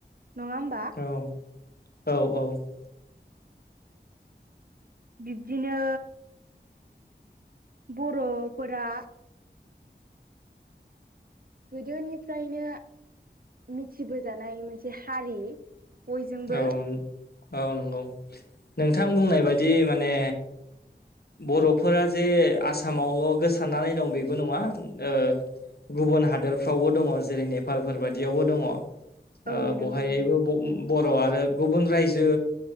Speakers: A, on the right; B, on the left.
A: नङा होम
B: औ औ औ
A: बिब्दिनो बर'फोरा गोदोनिफ्रायनो मिथिबोजानाय मोनसे हारि। बयजोंबो
B: औ औ नंगौ नोंथां बुंनाय बादि माने बर'फोरा जे आसामावल' गोसारनानै दं बेबो नङा। ओ गुबुन हादरफोरावबो दङ जेरै नेपालफोर बादियावबो दङ
A: औ
B: ओ
A: नंगौ
B: बहायबो
A: नंगौ
B: ब-बर' आरो गुबुन रायजो